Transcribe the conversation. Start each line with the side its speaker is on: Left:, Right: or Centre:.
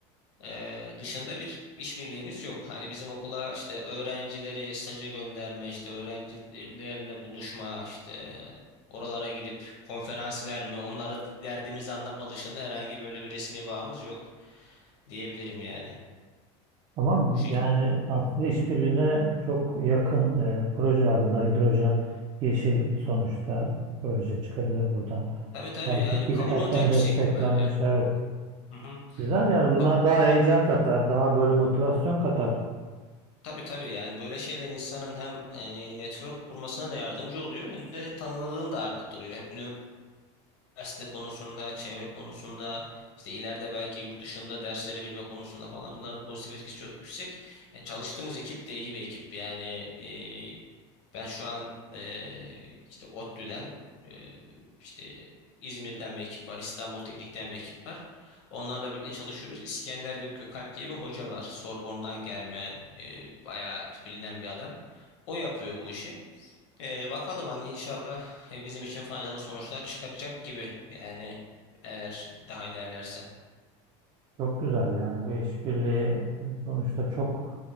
Left: ee, dışında bir işbirliğimiz yok. Hani bizim okula işte öğrencileri staja gönderme, işte öğrencilerle buluşma, işte oralara gidip konferans verme, onlara derdimizi anlatma dışında herhangi böyle bir resmi bağımız yok diyebilirim yani.
Right: Ama
Left: Bu şekilde.
Right: yani aslında işbirliğine çok yakın e, projeler bunlar. Hidrojen yeşil sonuçta bir proje çıkabilir buradan.
Left: Tabii tabii
Right: Yani
Left: yani
Right: TÜBİTAK'tan
Left: kabul olacak bir
Right: desteklenmiş
Left: şey ihtimalle.
Right: evet.
Left: Hı hı.
Right: Güzel yani bunlar
Left: Kab-
Right: daha heyecan katar, daha böyle motivasyon katar.
Left: Tabii tabii yani böyle şeyler insanın hem yani network kurmasına da yardımcı oluyor hem de tanınırlığını da arttırıyor. Hem üniversite konusunda, çevre konusunda, işte ileride belki yurt dışında ders verebilme konusunda falan bunların pozitif etkisi çok yüksek. E, çalıştığımız ekip de iyi bir ekip. Yani e, ben şu an e, işte ODTÜ'den e, işte İzmir'den bir ekip var, İstanbul Teknik'ten bir ekip var. Onlarla birlikte çalışıyoruz. İskender Gök- Gökalp diye bir hoca var. Sorbon'dan gelme, e, bayağı bilinen bir adam. O yapıyor bu işi. Ee, bakalım hani inşallah e, bizim için faydalı sonuçlar çıkartacak gibi. Yani eğer daha ilerlerse.
Right: Çok güzel yani bu işbirliği sonuçta çok